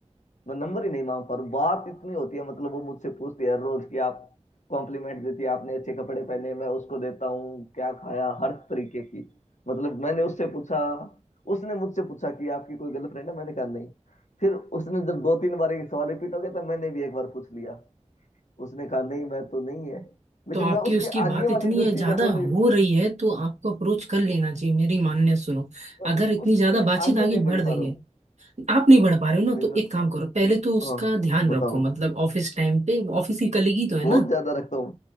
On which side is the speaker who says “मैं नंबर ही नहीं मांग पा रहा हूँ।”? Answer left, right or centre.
Left